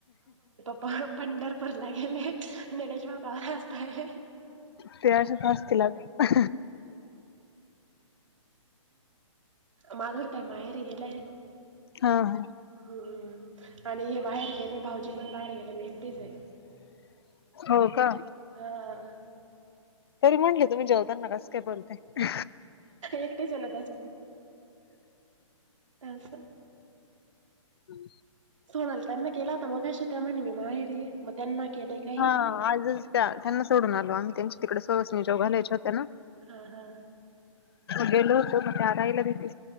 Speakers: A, on the right; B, on the left.
A: ह पंढरपूरला गेले निलेश भाऊ कामन हसताय.
B: ते अशेच हासतील आता.
A: माधुरी ताई माहेरी गेल्याय.
B: हा हा.
A: हम्मम्म आणि हे बाहेर. गेले भाऊजी पण बाहेर गेले मी एकटीचे
B: हो का
A: हं.
B: तरी म्हणले तुम्ही जेव. ताना कस काय बोलताय.
A: एकटीच आहे ना आ सं.
B: हम्म.
A: सोणाला त्यांना ग केला होता मगाशी त्या म्हणे मी माहेरे. मग त्यांना केले का.
B: हा आजच त्या त्यांना सोडून आलो आम्ही त्यांच्या तिकडे सोसणी जो घालायच्या होत्या ना.
A: हां हां.
B: मेलो होतो मे आरा येला दीती.